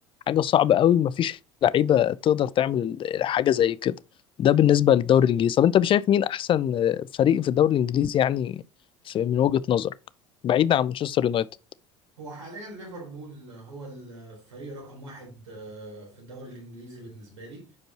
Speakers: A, on the left (about 35°); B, on the right (about 80°).
A: حاجه صعبه قوي ومفيش لعيبه تقدر تعمل حاجه زي كده ده بالنسبه للدوري الانجليزي طب انت شايف مين احسن آه، فريق في الدوري الانجليزي يعني في من وجهة نظرك بعيد عن مانشستر يونايتد
B: هو حاليا ليفربول هو الفريق رقم واحد آه، في الدوري الإنجليزي بالنسبة لي